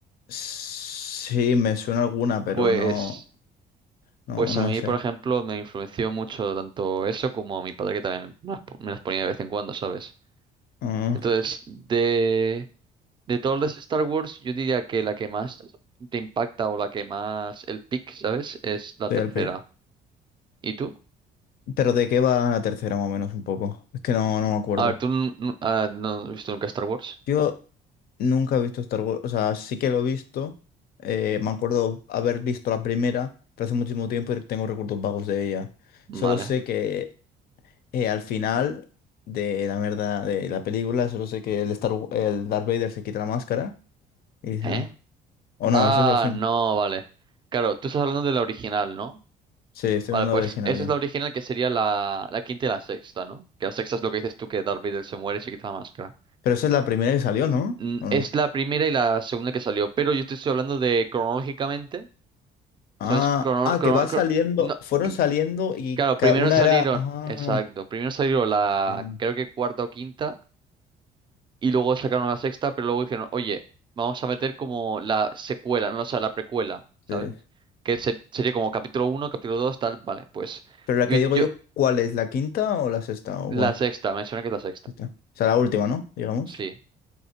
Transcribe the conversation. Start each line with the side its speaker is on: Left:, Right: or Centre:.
Left: Sí, me suena alguna, pero
Right: Pues,
Left: no, no,
Right: pues
Left: no
Right: a mí,
Left: me sé.
Right: por ejemplo, me influenció mucho tanto eso como a mi padre que también me las po- me las ponía de vez en cuando, ¿sabes?
Left: Ah,
Right: Entonces, de, de todas las Star Wars, yo diría que la que más te impacta o la que más el pick, ¿sabes? Es la
Left: soy
Right: tercera.
Left: el pick.
Right: ¿Y tú?
Left: ¿Pero de qué va la tercera más o menos un poco? Es que no, no me acuerdo.
Right: A ver, ¿tú n- n- ah, no has visto nunca Star Wars?
Left: Yo nunca he visto Star Wars, o sea, sí que lo he visto, eh, me acuerdo haber visto la primera, pero hace muchísimo tiempo y tengo recuerdos vagos de ella.
Right: Vale.
Left: Solo sé que eh, al final de la mierda de la película, solo sé que el, Star, Wa- el Darth Vader se quita la máscara y dice,
Right: ¿Eh?
Left: ah, o no,
Right: Ah,
Left: eso es al final.
Right: no, vale. Claro, tú estás hablando de la original, ¿no?
Left: Sí, estoy
Right: Vale,
Left: hablando
Right: pues
Left: del originario.
Right: esa es la original que sería la, la quinta y la sexta, ¿no? Que la sexta es lo que dices tú, que Darth Vader se muere y se quita la máscara.
Left: Pero esa es la primera que salió, ¿no?
Right: Mm,
Left: ¿O
Right: Es
Left: no?
Right: la primera y la segunda que salió, pero yo te estoy hablando de cronológicamente,
Left: Ah,
Right: ¿sabes? Crono-
Left: ah,
Right: crono-
Left: que va saliendo,
Right: cro- no,
Left: fueron
Right: cr-
Left: saliendo y
Right: claro,
Left: ca-
Right: primero
Left: una
Right: salieron,
Left: era... Ah,
Right: exacto, primero salió la,
Left: entiendo.
Right: creo que cuarta o quinta. y luego sacaron la sexta, pero luego dijeron, oye, vamos a meter como la secuela, no, o sea, la precuela, ¿sabes?
Left: Sí.
Right: Que se- sería como capítulo uno capítulo dos tal, vale, pues
Left: Pero la
Right: yo,
Left: que digo
Right: yo-
Left: yo, ¿cuál es? ¿La quinta o la sexta? O
Right: la
Left: bueno,
Right: sexta, me suena que es la sexta,
Left: esta. O sea, la última, ¿no? Digamos.
Right: sí,